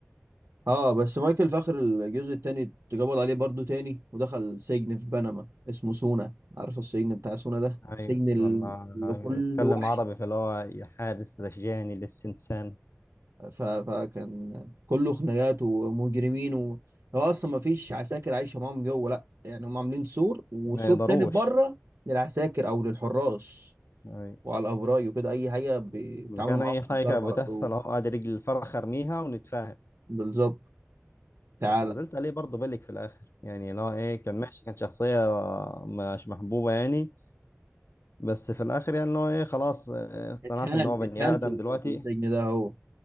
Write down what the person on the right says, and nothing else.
اه بس مايكل في اخر الجزء التاني اتقبض عليه برضو تاني ودخل سجن في بنما اسمه سونا عارف السجن بتاع سونا ده سجن
ال-
اللي كله
وحش
ف... فكان كله خناقات ومجرمين و... هو اصلا ما فيش عساكر عايشه معاهم جوه لا يعني هم عاملين سور وسور
تاني بره للعساكر او للحراس
وعلى الابراج وكده اي حاجه بي- بيتعاملوا
معاهم
بالضرب
على
طول
بالظبط تعالى
اتهان
اتهان
في ال-
في السجن ده هو